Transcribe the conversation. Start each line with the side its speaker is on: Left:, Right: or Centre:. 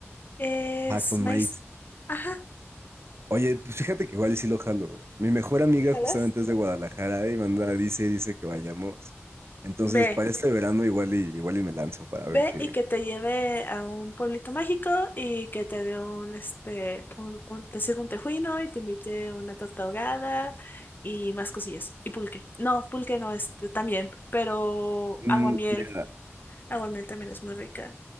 Left: es
Right: Ah, con
Left: maíz.
Right: maíz.
Left: Ajá.
Right: Oye, pues fíjate que igual y sí lo jalo. Mi mejor amiga
Left: ¿Jalas?
Right: justamente es de Guadalajara y manda, dice, dice que vayamos. Entonces,
Left: Ve.
Right: para este verano igual y, igual y me lanzo para
Left: Ve
Right: ver qué.
Left: y que te lleve a un pueblito mágico y que te dé un, este, un, un- te sirva un tejuino y te invite una torta ahogada y más cosillas. Y pulque. No, pulque no, este, también, pero
Right: Mm,
Left: aguamiel.
Right: mira,
Left: Aguamiel también es muy rica.